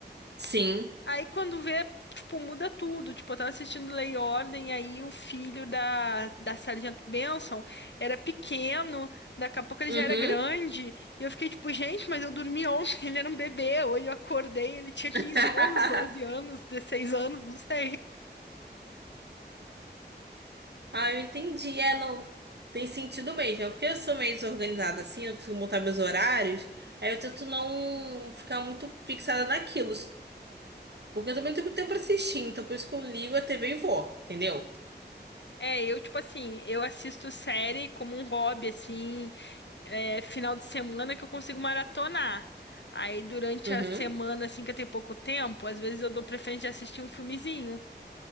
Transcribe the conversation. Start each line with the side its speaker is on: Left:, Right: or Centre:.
Right: sim.
Left: Aí quando vê, tipo, muda tudo. Tipo, eu tava assistindo Lei e Ordem, aí o filho da, da Sargento Benson era pequeno, daqui a pouco ele
Right: Uhum.
Left: já era grande. E eu fiquei tipo, gente, mas eu dormi ontem, <laughs> ele era um bebê. Hoje eu acordei, ele tinha 15
Right: <laughs>
Left: anos, 12 anos, 16 anos, não sei.
Right: Ah, eu entendi. É, não. Tem sentido mesmo. É Porque eu sou meio desorganizada assim, eu consigo montar meus horários. Aí eu tento não ficar muito fixada naquilo. Porque eu também não tenho tempo pra assistir. Então por isso que eu ligo a TV e vou. Entendeu?
Left: É, eu, tipo assim, eu assisto série como um hobby, assim, é, final de semana que eu consigo maratonar. Aí durante
Right: Uhum.
Left: a semana, assim, que eu tenho pouco tempo, às vezes eu dou preferência de assistir um filmezinho.